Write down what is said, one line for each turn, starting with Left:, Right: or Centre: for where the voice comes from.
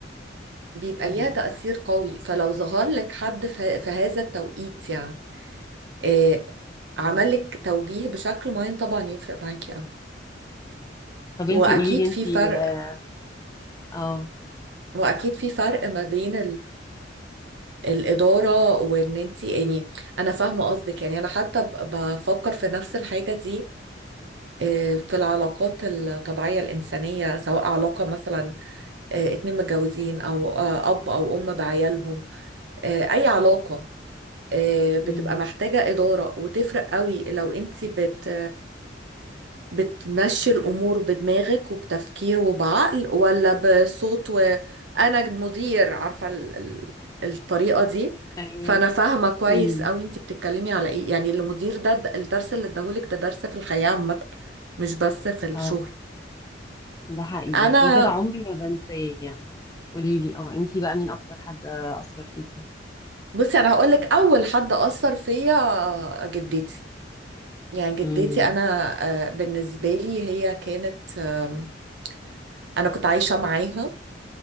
Right: بيبقى
Left: مم.
Right: ليها تأثير قوي فلو ظهر لك حد في في هذا التوقيت يعني آه،
Left: مم.
Right: عمل لك توجيه بشكل معين طبعا يفرق معاكي قوي
Left: طب
Right: واكيد
Left: انتي قولي لي
Right: في
Left: انتي
Right: فرق
Left: اه آه.
Right: واكيد في فرق ما بين الإدارة وإن أنت يعني أنا فاهمة قصدك يعني أنا حتى ب- بفكر في نفس الحاجة دي آه، في العلاقات الطبيعية الإنسانية سواء علاقة مثلا آه، اتنين متجوزين أو آه، أب أو أم بعيالهم آه، أي علاقة آه، بتبقى
Left: مم.
Right: محتاجة إدارة وتفرق قوي لو أنت بت بتمشي الأمور بدماغك وبتفكير وبعقل ولا بصوت وأنا مدير عارفة ال- ال- الطريقة دي
Left: ايوه
Right: فأنا فاهمة كويس
Left: مم.
Right: أوي أنت بتتكلمي على إيه يعني المدير ده ده- الدرس اللي اداهولك ده درس في الحياة عامة مش بس في الشغل
Left: اه ده حقيقي
Right: أنا
Left: عشان كده عمري ما بنساه يعني قولي لي اه انتي بقى مين اكتر حد اثر فيكي
Right: بصي أنا هقولك أول حد أثر فيا جدتي يعني جدتي
Left: امم
Right: أنا آه، بالنسبة لي هي كانت آم، أنا كنت عايشة معاها